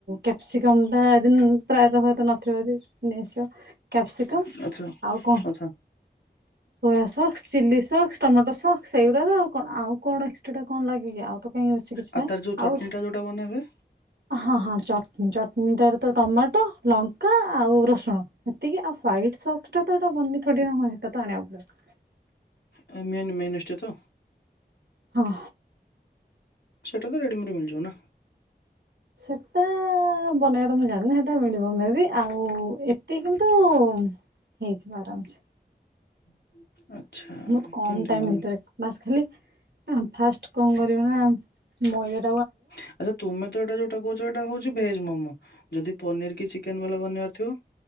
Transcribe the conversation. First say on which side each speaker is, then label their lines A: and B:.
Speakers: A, on the right; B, on the left.
A: କ୍ୟାପ୍ସିକମ୍ ଟା ପ୍ରାୟତଃ ଏଟା ନଥିବ ଯଦି ନେଇ ଆସିବ କ୍ୟାପ୍ସିକମ୍
B: ଆଚ୍ଛା
A: ଆଉ କଣ
B: ଆଚ୍ଛା
A: soya sauce, chilli sauce, tomato sauce ସେଇଗୁରା ତ ଆଉ କଣ ଏକ୍ସଟ୍ରା ଟା କଣ ଲାଗେ କି ଆଉ ତ କାଇଁ ଅଛି କିଛି
B: ଆଉ
A: ନାହିଁ।
B: ତାର ଯୋଉ ଚଟଣିଟା
A: ଆଉ
B: ଯୋଉଟା ବନା ହୁଏ
A: ହଁ ହଁ ଚ ଚଟନୀ ଟା ରେ ତ ଟମାଟୋ ଲଙ୍କା ଆଉ ରସୁଣ ଏତିକି ଆଉ ହ୍ୱାଇଟ୍ ସସ୍ ଟା ବନେଇ ଥୋଡ଼ି ନା ହୁଏ। ଆଣିବାକୁ ପଡ଼ିବ।
B: ହଁ ମେନ୍ ମେନ୍ୟୁଜ ଟା ତ
A: ହଁ।
B: ସେଟା ତ ରେଡି଼ ମେଡ୍ ମିଳିଯିବ ନା
A: ସେଟା ଆ ହଁ ବନେଇବା ତ ମୁଁ ଜାଣିନି ସେଇଟା ମିଳିବ ମେ ବି ଆଉ ଏତି କିନ୍ତୁ ଉ ହେଇଯିବ ଆରାମସେ।
B: <unintelligible>
A: ବହୁତ କମ
B: କେମିତି
A: ଟାଇମ୍
B: କଣ
A: ଭିତରେ ବାସ ଖାଲି ଆଁ ଫାଷ୍ଟ କଣ କରିବ ନା ମୟୂର
B: ଆଚ୍ଛା ତୁମେ ତ ଏଟା ଯଉଟା କହୁଛ ଏଟା ହେଉଛି। ଭେଜମୋମୋ ଯଦି ପନିରୀ କି ଚିକେନ୍ ଭଲ ବନେଇବାରଥିବ